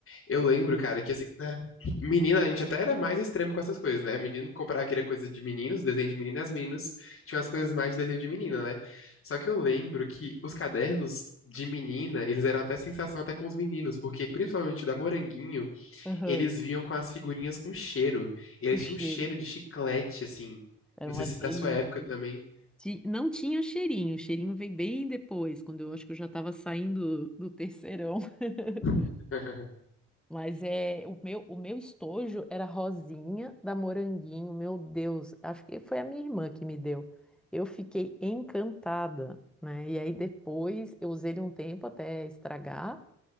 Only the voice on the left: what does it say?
eu lembro, cara, que assim, né? Menina, a gente até era mais extremo com essas coisas, né? Menino comprava aquela coisa de meninos, desenho de menina, e as meninas tinham as coisas mais de desenho de menina, né? Só que eu lembro que os cadernos de menina, eles eram até sensação até com os meninos, porque principalmente da Moranguinho,
eles vinham com as figurinhas com cheiro. Eles
tinham um cheiro de chiclete, assim.
Não
sei se
da sua época também.
<laughs>